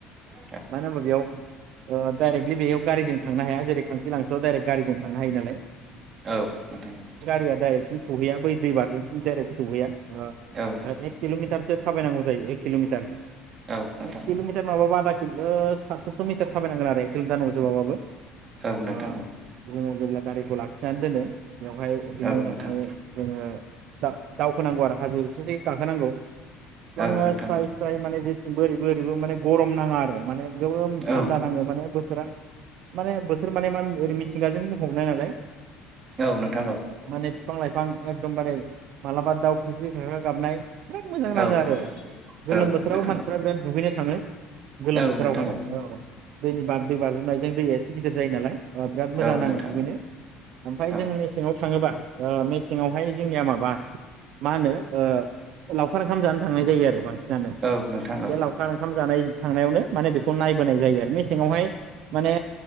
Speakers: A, on the right (about 30°); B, on the right (about 60°).
A: औ
B: मानो होनबा बेयाव ओ दायरेखलि बेयाव गारिजों थांनो हाया जेरै खांख्रिलांसोआव दाइरेख गारिजों थांनो हायो नालाय।
A: औ नोंथां
B: दैया दडाइेक्टसिम सहैया बै दैबाराजजोंसिम दाइरेक सहैया। ओ
A: नोंथां औ
B: एक किल'मिटारसो थाबायनांगौ जायो किल'मिटार
A: नोंथां
B: एक किल'मिटार
A: औ
B: माबाबा ओ सातस'सो मिटार थाबायनांगोन आरो एक किल'मिटार नंजोबाबाबो।
A: औ नोंथां
B: हा
A: औ
B: उम जेब्ला गारिखौ लाखिनानै दोनो बेवहाय बेनि
A: औ
B: उनावहाय
A: नोंथां
B: जोङो दाब दाउ होनांगौ आरो हाजो इसेथिं गाखोनांगौ। बिसेबां
A: औ नोंथां
B: ओ स्राय
A: औ
B: स्राय माने जेथिंबो ओरैबो ओरैबो माने गरम नाङा आरो माने गोमोम
A: औ
B: थान्दा नाङो माने बोथोरा। माने बोथोर माने मा ओरै मिथिंगाजों बुंफबनाय नालाय।
A: औ नोंथां औ
B: फिफां लाइफां एखदमबारे मालाबा दाउ ग्रिग्रि‌ गाग्रा गाबनाय बिराद मोजां
A: औ
B: नाङो आरो
A: नोंथां
B: गोलोम
A: औ
B: बोथोराव
A: नोंथां
B: मानसिफ्रा
A: औ
B: बिराद दुगै थाङो। गोलोम
A: औ
B: बोथोरावहाय
A: नोंथां
B: औ दैनि बार दै बाज्रुमनायजों। दैया इसे गिदार जायो नालाय अ बिराद मोजां
A: औ
B: नाङो
A: नोंथां
B: दुगैनो।
A: औ
B: ओमफ्राय
A: औ
B: जों मेसेङाव थाङोबा ओ मेसेंआवहाय जोंनिया माबा मा होनो ओ लावखार ओंखाम जानो थांनाय जायो आरो बांसिन जानो।
A: औ नोंथां
B: बे लावखार ओंखाम जानाय थांनायावनो माने बेखौ नायबोनाय जायो आरो मेसेङावहाय माने